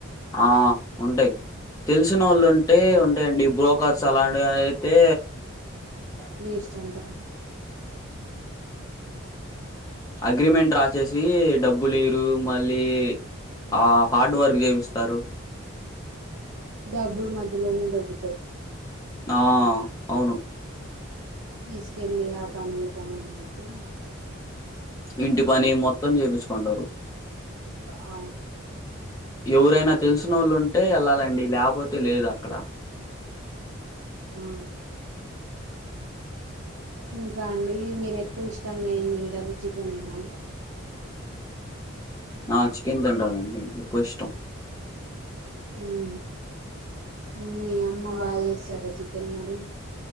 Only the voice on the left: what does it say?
ఆ ఉంటయ్ తెలిసినోళ్ళు ఉంటే ఉంటయండి బ్రోకర్స్ అలాంటి అయితే
అగ్రిమెంట్ రాసేసీ డబ్బులీరు మ లీ ఆ హార్డ్ వర్క్ చేపిస్తారు
ఆ అవును
ఇంటి పని మొత్తం చేపిచ్చుకుంటారు
ఎవురైనా తెలిసినోళ్ళు ఉంటే ఎళ్ళాలండి లాపోతే లేదు అక్కడ
ఆ చికెన్ తింటానండి ఎక్కువ ఇష్టం